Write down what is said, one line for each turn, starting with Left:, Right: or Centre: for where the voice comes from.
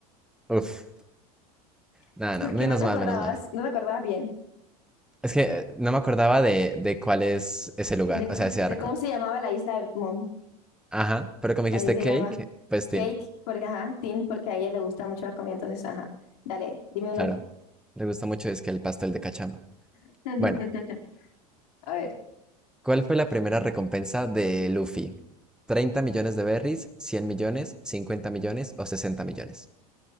Centre: Uf.
Left: <laughs>
Centre: Nada,
Left: Porque
Centre: no, menos
Left: no te
Centre: mal,
Left: acordabas,
Centre: menos mal.
Left: no te acordabas bien
Centre: Es que eh, no me acordaba de, de cuál es ese lugar,
Left: de, co-
Centre: o sea, ese arco.
Left: de cómo se llamaba la isla de Mom.
Centre: Ajá, pero como dijiste
Left: Ahí se
Centre: cake,
Left: llama
Centre: pues tin,
Left: Cake, porque ajá, Tin, porque a ella le gusta mucho la comida, entonces ajá. Dale, dime una
Centre: claro.
Left: tú.
Centre: Le gusta mucho es que el pastel de cachama.
Left: <laughs>
Centre: Bueno,
Left: A ver,
Centre: ¿cuál fue la primera recompensa de Luffy? 30 millones de berries, 100 millones, 50 millones o 60 millones?